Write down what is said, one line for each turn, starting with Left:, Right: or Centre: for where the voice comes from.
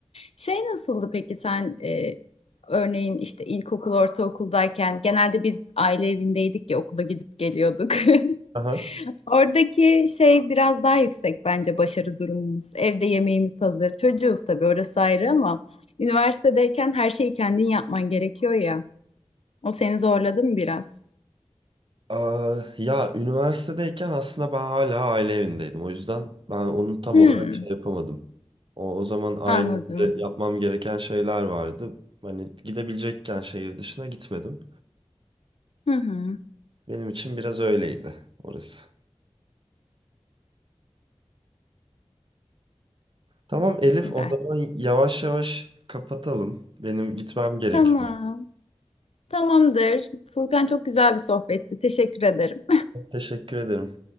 Left: şey nasıldı peki sen e, örneğin işte ilkokul, ortaokuldayken genelde biz aile evindeydik ya okula gidip geliyorduk.
Right: Aha.
Left: <laughs> Oradaki şey biraz daha yüksek bence başarı durumumuz. Evde yemeğimiz hazır. Çocuğuz tabii orası ayrı ama üniversitedeyken her şeyi kendin yapman gerekiyor ya. O seni zorladı mı biraz?
Right: Aa, ya üniversitedeyken aslında ben hala aile evindeydim. O yüzden ben onu tam
Left: Hmm,
Right: olarak şey yapamadım. O, o zaman ailemde
Left: anladım.
Right: yapmam gereken şeyler vardı. Hani gidebilecekken şehir dışına gitmedim.
Left: Hı hı.
Right: Benim için biraz öyleydi orası. Tamam Elif,
Left: Güzel.
Right: o zaman yavaş yavaş kapatalım. Benim gitmem gerekiyor.
Left: Tamam. Tamamdır. Furkan çok güzel bir sohbetti. Teşekkür ederim.
Right: Teşekkür ederim.